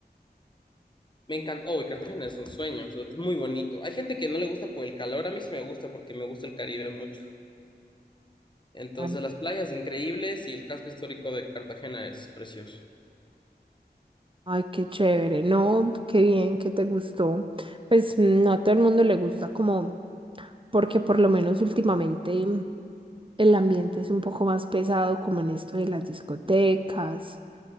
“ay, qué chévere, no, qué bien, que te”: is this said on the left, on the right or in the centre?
Right